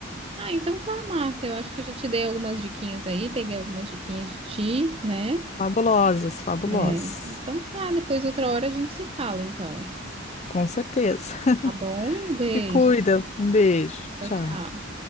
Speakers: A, on the right (about 30°); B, on the left (about 35°).
A: Ah, então tá, Marta, eu acho que eu já te dei algumas diquinhas aí, peguei algumas diquinhas de ti, né?
B: Fabulosas, fabulosas.
A: É. Então tá, depois outra hora a gente se fala, então.
B: Com certeza. <laughs>
A: Tá bom? Um beijo.
B: Te cuida. Um beijo.
A: Tchau,
B: Tchau.
A: tchau.